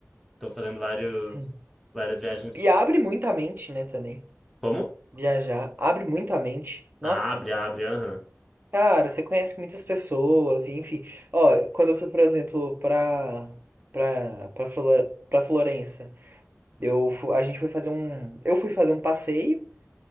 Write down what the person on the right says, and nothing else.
sim.
E abre muito a mente, né, também.
Viajar abre muito a mente. Nossa,
cara, você conhece muitas pessoas, e enfim. Ó, quando eu fui, por exemplo, pra, pra, pra, Flor pra Florença. Eu, fu- a gente foi fazer um, eu fui fazer um passeio